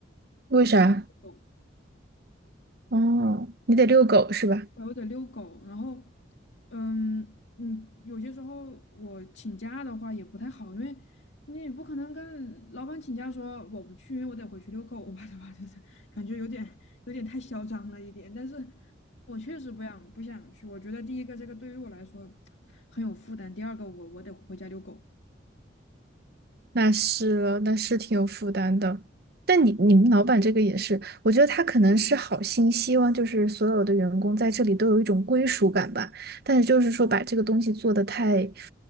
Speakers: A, on the right; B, on the left.
A: 为啥？
B: 我
A: 哦，你得遛狗是吧？
B: 我得遛狗，然后，嗯嗯，有些时候我请假的话也不太好，因为你也不可能跟老板请假说我不去，因为我得回去遛狗吧，对吧？<laughs> 就是感觉有点有点太嚣张了一点，但是我确实不想不想去，我觉得第一个这个对于我来说很有负担，第二个我我得回家遛狗。
A: 那是了，那是挺有负担的。但你你们老板这个也是，我觉得他可能是好心，希望就是所有的员工在这里都有一种归属感吧。但是就是说把这个东西做得太，